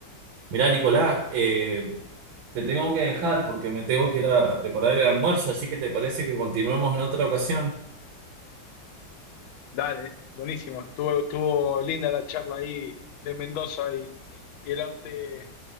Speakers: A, on the right (about 85°); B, on the left (about 90°).
A: Mirá, Nicolás, eh, te tengo que dejar porque me tengo que ir a preparar el almuerzo, así que te parece que continuemos en otra ocasión
B: Dale, buenísimo. Estuvo, estuvo linda la charla ahí de Mendoza y, y el arte,